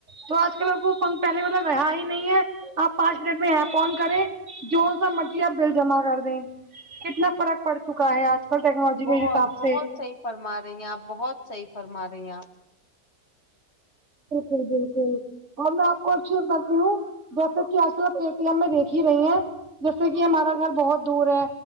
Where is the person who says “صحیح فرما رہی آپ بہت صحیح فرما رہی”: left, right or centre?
Left